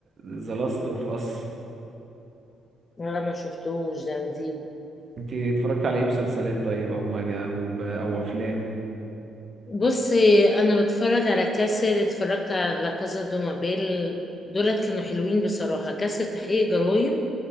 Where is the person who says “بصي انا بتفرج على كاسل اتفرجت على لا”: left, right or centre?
Left